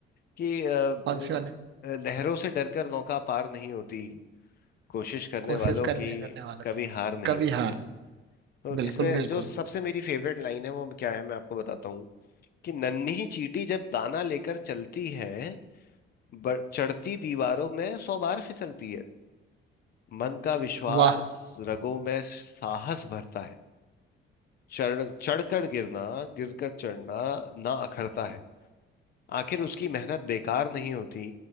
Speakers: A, on the left (about 50°); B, on the right (about 65°).
A: कि अ,
B: कौन सी वाले
A: अ, लहरों से डरकर नौका पार नहीं होती कोशिश करने
B: कोशिश
A: वालों
B: करने
A: की
B: करने वालों
A: कभी
B: की
A: हार नहीं
B: कभी
A: होती
B: हार ना
A: तो
B: बिल्कुल
A: इसमें
B: बिल्कुल
A: जो सबसे मेरी फेवरेट लाइन है वो क्या है मैं आपको बताता हूँ कि नन्ही चींटी जब दाना लेकर चलती है ब- चढ़ती दीवारों में सौ बार फिसलती है मन का विश्वास
B: वाह
A: रगों में साहस भरता है चढ़ चढ़कर गिरना गिरकर चढ़ना ना अखरता है आखिर उसकी मेहनत बेकार नहीं होती